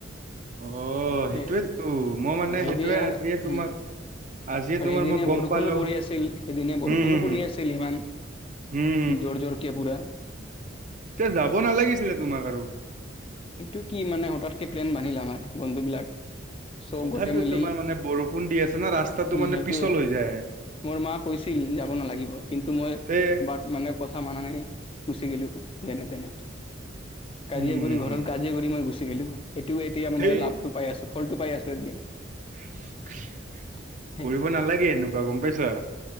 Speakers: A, on the right; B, on the left.
A: অ
B: সেই
A: সেইটোয়েতো মই মানে
B: হেই
A: সেইটোয়ে
B: দিয়েহ
A: আজিয়ে তোমাক
B: উম।
A: আজি
B: আৰু
A: তোমাৰ
B: সেইদিনা
A: মই গম
B: বৰষুণো
A: পালো
B: পৰি আছিল। সেইদিনা
A: হম
B: বৰষুণো
A: হম
B: পৰি
A: হম
B: আছিল সিমান।
A: হম
B: জোৰ জোৰকে পোৰা।
A: এ যাব নালাগিছিলে তোমাক আৰু।
B: সেইটো কি মানে হতাৎকে প্লেইন বান্ধিলে আমাৰ বন্ধু বিলাক। চব
A: তথাপিও,
B: গোটেই মিলি
A: তোমাৰ মানে বৰষুণ দি আছে না ৰাস্তাতটো
B: উম
A: মানে
B: সেইটোয়ে
A: পিছল হৈ যায়।
B: মোৰ মা কৈছিল যাব নালাগিব, কিন্তু মই
A: তে
B: বাট। মানে কথা মান নাই গুচি গিলো যেনে তেনে কাজিয়া
A: উম
B: কৰি ঘৰত। কাজিয়া কৰি মই গুচি গলো, সেইটোও এতিয়া
A: সেই
B: মানে লাভটো পাই আছোঁ, ফলটো পাই আছো এতিয়া।
A: <unintelligible>
B: <unintelligible>
A: কৰিব নালাগে এনেকুৱা গ'ম পাইছা।